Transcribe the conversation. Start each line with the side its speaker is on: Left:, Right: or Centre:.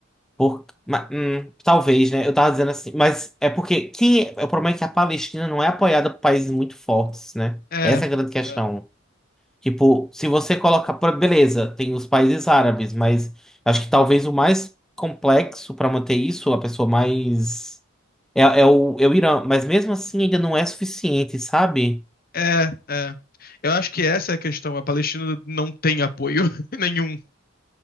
Centre: Por... ma- hum, talvez, né? Eu tava dizendo assim. Mas é porque. Quem... O problema é que a Palestina não é apoiada por países muito fortes, né?
Left: É,
Centre: Essa é a grande questão.
Left: é,
Centre: Tipo, se você coloca, pra- beleza, tem os países árabes, mas acho que talvez o mais complexo para manter isso, a pessoa mais é, é o, é o Irã, mas mesmo assim ainda não é suficiente, sabe?
Left: é, é. Eu acho que essa é a questão. A Palestina não tem apoio <laughs> nenhum.